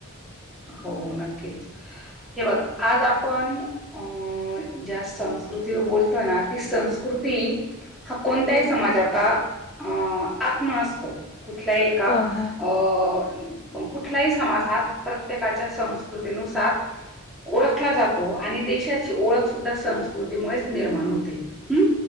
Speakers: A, in the centre; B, on the left.
A: हो नक्कीच हे बघ आज आपण अ ज्या.. संस्कृती बोलतोय ना ती संस्कृती.. हा कोणत्याही
B: हम्म
A: समाजाचा अ आत्मा असतो. कुठल्याही एका
B: हा हा.
A: अं कुठलाही समाज हा.. प्रत्येकाच्या संस्कृतीनुसार.. ओळखला जातो आणि देशाची ओळख सुद्धा संस्कृतीमुळेच निर्माण होते. हम्म